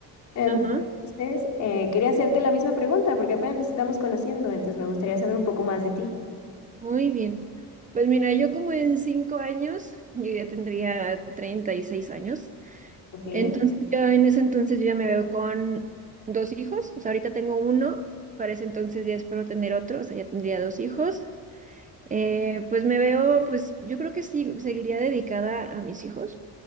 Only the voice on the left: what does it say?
Entonces,
eh, quería hacerte la misma pregunta porque apenas nos estamos conociendo, entonces me gustaría saber un poco más de ti.
Ok,